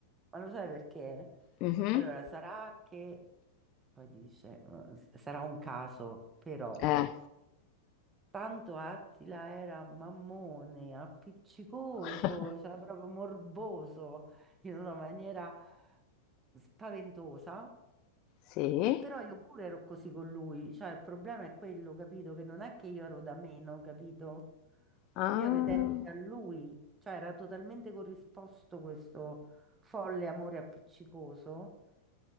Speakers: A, on the right; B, on the left.
A: Ma lo sai perché?
B: mhm,
A: Allora, sarà che, poi dice, eh, sarà un caso, però,
B: eh.
A: tanto Attila era mammone, appiccicoso,
B: <laughs>
A: cioè proprio morboso, in una maniera spaventosa,
B: Sì.
A: che però io pure ero così con lui, cioè il problema è quello, capito? Che non è che io ero da meno, capito?
B: Ah,
A: Io ero identica a lui, cioè era totalmente corrisposto questo folle amore appiccicoso.